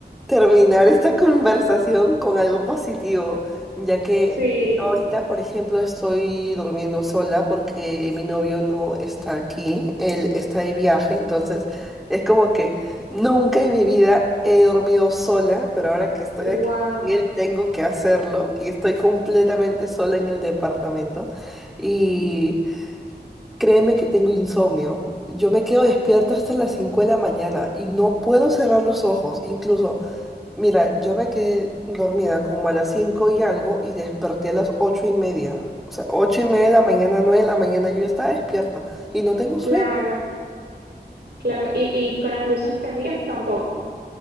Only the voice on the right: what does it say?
Sí,
wow,
claro,
claro. Y, y con las luces prendidas tampoco,